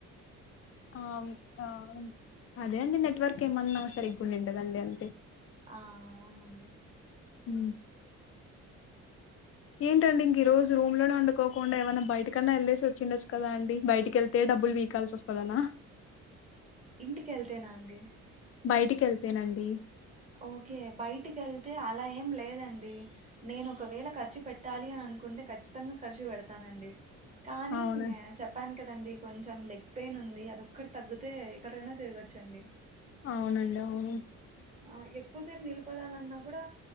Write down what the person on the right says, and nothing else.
ఆ అవునండి
ఇంటికి వెళ్తేనా అండి
ఓకే బయటికి వెళ్తే అలా ఏం లేదండి నేను ఒకవే కఖర్చి పెట్ టాలి అని అనుకుంటే ఖచ్చితంగా ఖర్చు పెడతానండి. కానీ
చెప్పాన్. కదండి కొంచెం లెగ్ పెయిన్ ఉంది. అది ఒక్క తగ్గితే ఎక్కడికైనా తిరగచ్చండి.
ఆ ఎక్కువసేపు నిలబడాలన్నా కూడా